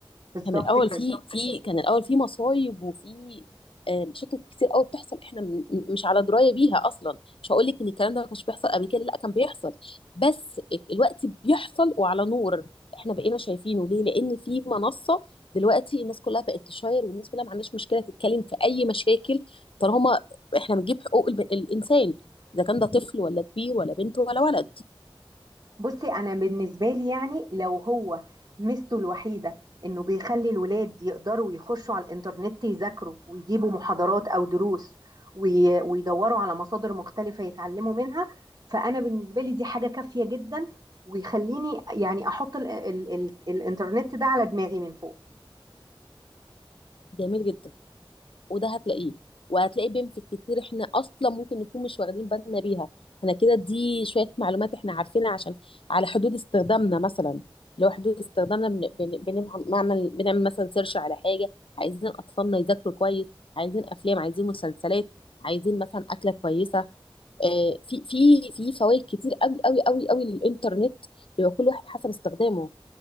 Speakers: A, on the right; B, on the left.
A: بالظبط
B: كان الاول
A: كده
B: في في كان الاول في مصايب وفي آه، مشاكل كتير قوي بتحصل احنا م- م- مش على درايه بيها اصلا مش هقول لك ان الكلام ده ما كانش بيحصل قبل كده لا كان بيحصل بس الوقت بيحصل وعلى نور احنا بقينا شايفينه ليه لان في منصه دلوقتي الناس كلها بقت تشاير والناس كلها ما عندهاش مشكله تتكلم في اي مشاكل طالما احنا بنجيب حقوق الب- الانسان اذا كان ده طفل ولا كبير ولا بنت ولا ولد
A: بصي انا بالنسبه لي يعني لو هو ميزته الوحيده انه بيخلي الولاد يقدروا يخشوا على الانترنت يذاكروا ويجيبوا محاضرات او دروس وي- ويدوروا على مصادر مختلفه يتعلموا منها فانا بالنسبه لي دي حاجه كافيه جدا ويخليني يعني احط ال ال ال الانترنت ده على دماغي من فوق
B: جميل جدا وده هتلاقيه وهتلاقي بنفك كتير احنا اصلا ممكن نكون مش واخدين بالنا بيها احنا كده دي شويه معلومات احنا عارفينها عشان على حدود استخدامنا مثلا لو حدود استخدامنا بن- بن- بنعمل بنعمل مثلا سيرش على حاجه عايزين اطفالنا يذاكروا كويس عايزين افلام عايزين مسلسلات عايزين مثلا اكله كويسه آه، في في في فوائد كتير قوي قوي قوي قوي للانترنت بيبقى كل واحد حسب استخدامه